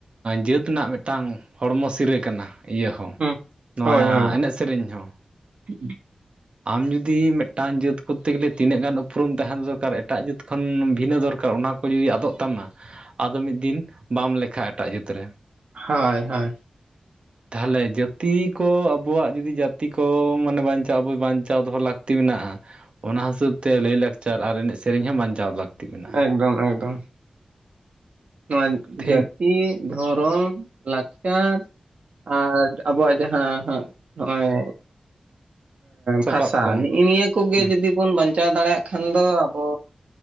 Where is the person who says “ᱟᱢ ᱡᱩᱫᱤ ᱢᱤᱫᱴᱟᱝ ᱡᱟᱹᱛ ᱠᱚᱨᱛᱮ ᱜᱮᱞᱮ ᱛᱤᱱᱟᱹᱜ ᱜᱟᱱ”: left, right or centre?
Right